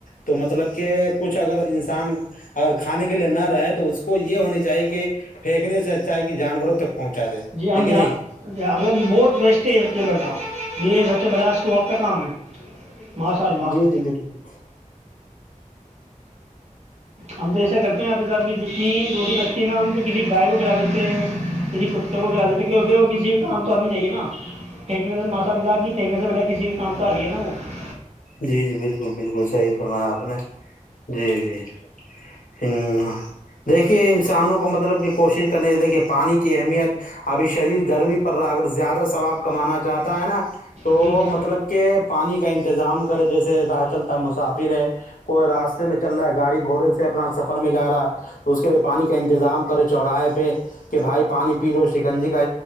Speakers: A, on the left (about 75°); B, on the right (about 50°).
A: تو مطلب کہ کچھ اگر انسان اگر کھانے کے لیے نہ رہے تو اس کو یہ ہونی چاہیے کہ پھینکنے سے اچھا کہ جانوروں تک پہنچا دے
B: جی ہم
A: ہے کہ
B: ج
A: نہیں
B: اب بہت بیسٹ کے بیٹھا ہ یہ سب سے بڑا اسوپ کا کام ہے ماشاء اللہ
A: جی جی بالکل <inaudible>
B: ہم تو ایسے کرتے آپ کتاب کی جتنی روٹی بیٹھے ینر ہم تو کسی گائے کو کھلا دیتے ہیں کسی کتے کو کلا دیتے ہیں کیونکہ وہ کسی کام تو آدمی چاہیے نا پھینکنے سے ماسا اللہ کی پھینکنے سے بڈا کسی بھی کام تو آ رہی ہے نا وہ
A: جی جی بالکل بالکل صحیح فرمایا آپ نے جی جی ت <unintelligible> دیکھیے انسانوں کو مطلب کہ کوشش نہیں دیکھیے پانی کی اہمیت ابھی شریر گرمی پر اگر زیادہ واب کمانا چاہتا ہے نا تو
B: جی جی
A: مطلب کہ پانی کا انتظام جیے راہ چل مسافر ہے کوئی راستے میں چل رہا ہے گاڑی گھوڑے سے سے اپنا سفر میں جا رہا ہے تو اس کے لیے پانی کا انتظام کرے چوراہے پہ کہ بھائی پانی پی لو شکنجی کا